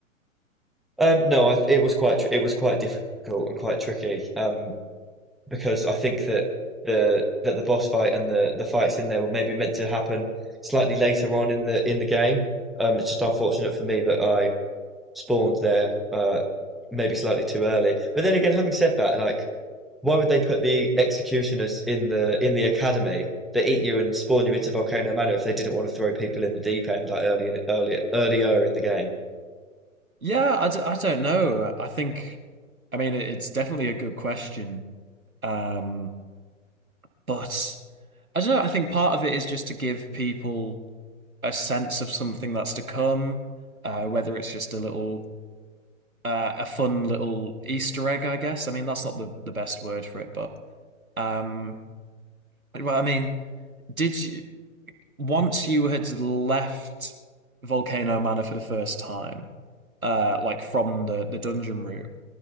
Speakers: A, in the centre; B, on the right (about 85°).
A: Um, no, I, it was quite tr- it was quite difficult and quite tricky. Um, because I think that the that the boss fight and the the fights in there were maybe meant to happen slightly later on in the in the game. Um, it's just unfortunate for me that I spawned there, uh, maybe slightly too early. But then again, having said that, like, why would they put the executioners in the in the academy that eat you and spawn you into Volcano Manor if they didn't want to throw people in the deep end like early, early, earlier in the game?
B: Yeah, I, d I don't know. I think, I mean, it- it's definitely a good question. Um, but I don't know. I think part of it is just to give people a sense of something that's to come, uh, whether it's just a little, uh, a fun little Easter egg, I guess. I mean, that's not the, the best word for it, but, um, well, I mean, did you, once you had left Volcano Manor for the first time, uh, like from the, the dungeon route,